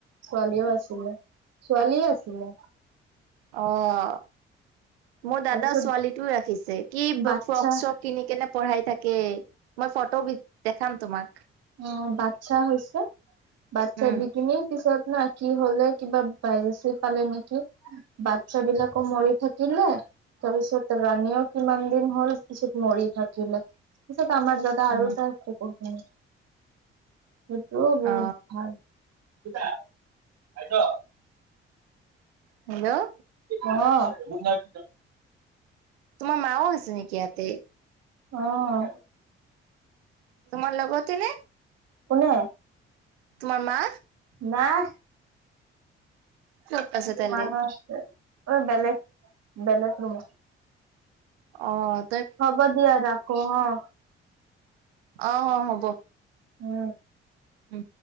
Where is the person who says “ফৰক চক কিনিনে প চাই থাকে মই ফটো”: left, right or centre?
Right